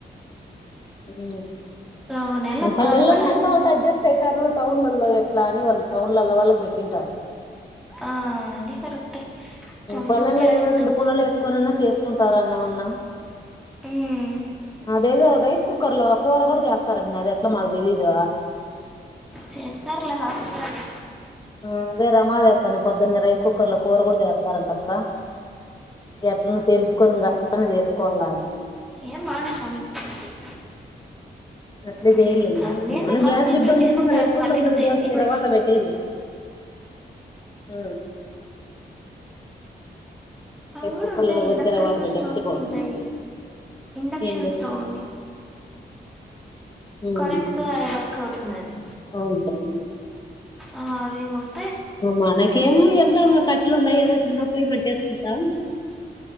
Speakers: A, on the left; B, in the centre.
A: హ్మ్
B: ఓ నెల
A: పల్లెల్లోనే
B: బాధపడాల్సిందే
A: ఎట్లా ఒకటి అడ్జస్ట్ అయిత రూ టౌన్లలో ఎట్లా అని వాళ్ళు టౌన్లలో వాళ్ళకి పెట్టింటారు
B: ఆ అది కరెక్టే టౌన్
A: పల్లల్లో
B: లో కూడా ఆడిస్తూ
A: ఏదో రెండు
B: ఉంటారు
A: పుల్లలు వేసుకోనిన్నా చేసుకుంటారాని న్నాన్నా
B: ఉమ్
A: అదేదో రైస్ కుక్కర్లో కూర కూడా చేస్ సరేడి అది ఎట్లా మాకు తెలీదు
B: చేస్తారులే హస్పిటల్
A: ఆ అదే రమాాలే అక్కని పొద్దున్న రైస్ కుక్కర్ లో కూర కూడా చేస్తారంట అక్క ఎట్లన్నా తెలుసుకొని ఇంకా అట్లనే చేసుకోవాల అని
B: ఏం బండదంట కానీ
A: అట్ల
B: ఉమ్
A: జేయర్లేఇంగా
B: అది ఏంది
A: ఏమన్నా
B: హాస్టల్
A: గ్యాస్ ఇబ్బంది
B: పిల్లలు చేసుకుంటారు
A: వస్తేరైస్ కుక్కర్
B: వాళ్ళు తినబుద్ధి
A: లో
B: అయింది
A: బోసి
B: ఇప్పుడు
A: తిరగమాత బెట్టెయండి ఇలా
B: అవి కూడా
A: కుక్కర్
B: ఉంటాయి
A: లోనే పోస్తే
B: ఎలక్ట్రికల్
A: రవాత పెట్టేస్తే
B: స్టవ్స్
A: బాగుంటుంది
B: ఉంటాయి ఇండక్షన్
A: ఏం చే
B: స్టవ్ని
A: ఉమ్
B: కరెంట్ తోఎవర్ క్ అవుతుందది
A: అవునులే
B: ఆ అవి వస్
A: మనకు ఏమి ఎట్లా ఉన్న కట్ అట్లు ఉన్నాయి ఏదో చిన్న పొయ్యి మంటేసుకుంటా